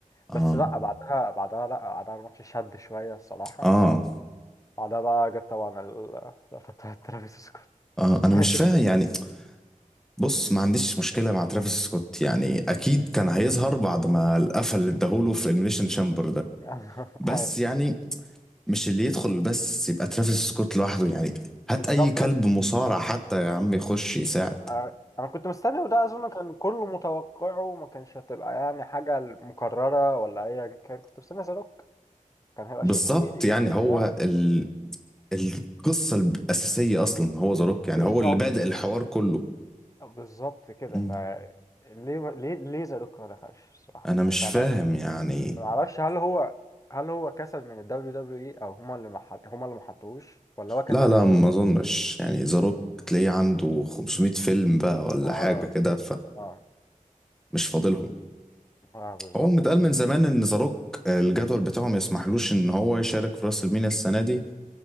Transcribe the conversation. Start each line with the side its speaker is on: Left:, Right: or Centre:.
Left: بس
Centre: اه
Left: لا بعدها بعدها لا بعدها الماتش شد شويه الصراحه
Centre: اه
Left: بعدها بقى جت طبعا ال- <laughs> اللقطه بتاعت ترافيس سكوت
Centre: اه انا
Left: <laughs>
Centre: مش
Left: كنت
Centre: فاهم يعني
Left: ناسي.
Centre: بص ما عنديش مشكلة مع ترافيس سكوت يعني أكيد كان هيظهر بعد ما القفل اللي اداهوله في إليمينيشن شامبر ده
Left: أنا-
Centre: بس
Left: <laughs> أيوه.
Centre: يعني مش اللي يدخل بس يبقى ترافيس سكوت لوحده يعني هات
Left: بالظبط
Centre: أي كلب مصارع حتى يا عم يخش يساعد
Left: أنا أنا كنت مستني وده اظن كان كله متوقعه وما كانش هتبقى يعني حاجه مكرره ولا ايا كان كنت مستني زاروك كان هيبقى
Centre: بالظبط
Left: شيء طبيعي جدا
Centre: يعني هو
Left: يعني
Centre: ال... القصة الأساسية أصلا هو ذا روك
Left: بالظبط
Centre: يعني هو اللي بادئ الحوار كله
Left: بالظبط كده
Centre: مم.
Left: ف ليه ليه ليه زاروك ما دخلش الصراحه
Centre: أنا
Left: مش
Centre: مش
Left: عارف انا
Centre: فاهم يعني
Left: ما اعرفش هل هو هل هو كسل من ال WWE اي او هما اللي مح... هما اللي محطوش ولا هو كسل
Centre: لا
Left: من
Centre: لا
Left: ظروف
Centre: ما أظنش يعني ذا روك تلاقيه عنده 500 فيلم بقى ولا
Left: اه
Centre: حاجة كده
Left: اه
Centre: فمش فاضلهم
Left: اه بالظبط
Centre: هو متقال
Left: برضه
Centre: من زمان ان ذا روك آه، الجدول بتاعه ما يسمحلوش ان هو يشارك في راس المينيا السنه دي